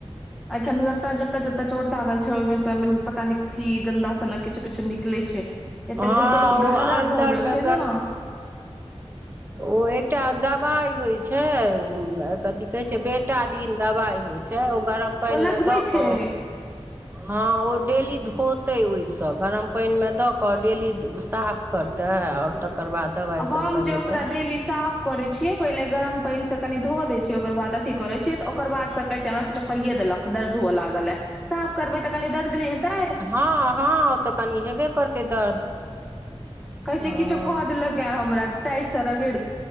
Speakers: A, in the centre; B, on the right.
A: एखन सबटा जत्तऽ- जत्तऽ चोट लागल छै, ओहिमें सब पता नहि कथी गन्दा-सनक किछु-किछु निकलै छै, एते
B: हँ
A: बिलकुल
B: ओ
A: गहरा
B: अन्दरमे
A: भऽ गेल छै न
B: ओह एकटा दब बाइ होइ छै, कथी कहै छै बेटाडिन दबाइ होइ छै, ओ गरम पानिमे
A: ओ लगबै
B: दऽ
A: छै
B: कऽ हँ ओ डेली धोतै ओहिसँ, गरम पानिमे दऽ कऽ डेली साफ करतै आओर तकर बाद दबाइसभ
A: हम
B: लगेतै
A: जे ओकरा डेली साफ करै छियै पहिले गरम पानिसँ कनि धोय दै छियै, ओकर बाद अथी करै छियै, तऽ ओकर बाद स कहै छै हमरा किछो कइए देलक। दर्द हुअ लागल ए, साफ करबै तऽ कनी दर्द नहि हेतै।
B: हँ-हँ त कनि हेबे करतै दर्द
A: कहे छै
B: हँ
A: किछो कऽ देलक हैं हमरा, टाइट स रगैड़